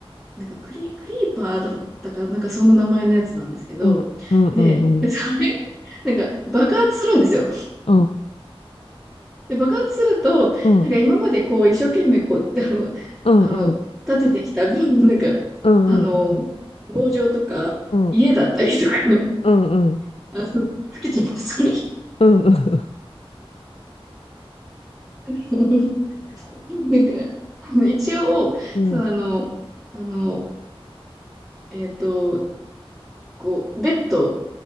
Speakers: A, in the centre; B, on the left (about 75°).
A: なんかクリ、クリーパーだったか、なんかそんな名前のやつなんですけど、
B: うん、うん、
A: で、
B: うん、うん、
A: それ、なんか爆発するんですよ。
B: うん、
A: で、爆発すると、
B: うん、
A: なんか今までこう、一生懸命こう、<laughs> あの、
B: うん、
A: あの、
B: うん、
A: 建ててきた、<laughs> なんか、
B: うん、
A: あの、農場とか、
B: うん、うん、
A: 家だったりとか、<laughs>
B: うん、
A: あの、吹き飛ばされる。
B: うん、うん、
A: <laughs> なんか、あの一応、
B: うん、
A: そのあの、あの、えっと、こう、ベッド